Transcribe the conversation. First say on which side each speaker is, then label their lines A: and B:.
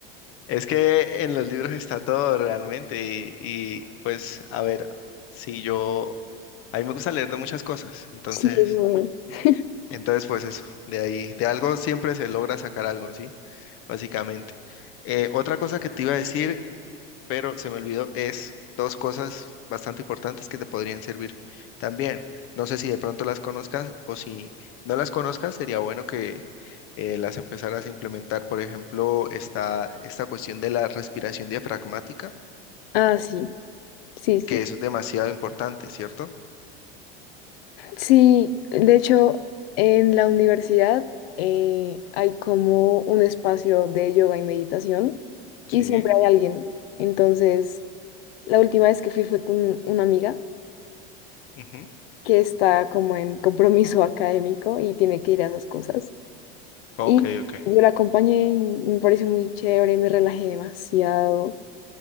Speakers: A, on the left; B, on the left.
A: Es que en los libros está todo realmente y, y, pues a ver, si yo, a mí me gusta leer de muchas cosas, entonces,
B: Sí, es bueno. <laughs>
A: entonces pues eso, de ahí, de algo siempre se logra sacar algo, ¿sí? Básicamente. Eh, otra cosa que te iba a decir pero se me olvidó, es dos cosas bastante importantes que te podrían servir también. No sé si de pronto las conozcas o si no las conozcas, sería bueno que eh, las empezaras a implementar. Por ejemplo, está esta cuestión de la respiración diafragmática,
B: Ah, sí. Sí, sí.
A: que eso es demasiado importante, ¿cierto?
B: Sí, de hecho, en la universidad eh, hay como un espacio de yoga y meditación
A: Sí.
B: y siempre hay alguien. Entonces, la última vez que fui fue con una amiga
A: ujú,
B: que está como en compromiso académico y tiene que ir a esas cosas.
A: Ok,
B: Y
A: ok.
B: yo la acompañé y me pareció muy chévere, me relajé demasiado.